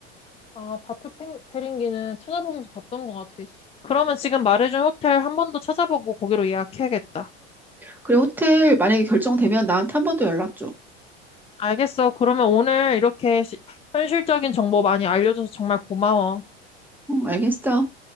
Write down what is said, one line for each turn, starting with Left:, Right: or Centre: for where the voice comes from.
Left: 아, 바투 페- 페링기는 찾아보면서 봤던 것 같아. 그러면 지금 말해준 호텔 한 번 더 찾아보고 거기로 예약해야겠다.
Centre: 그래 호텔 만약에 결정되면 나한테 한 번 더 연락 줘.
Left: 알겠어. 그러면 오늘 이렇게 시- 현실적인 정보 많이 알려줘서 정말 고마워.
Centre: 응, 알겠어.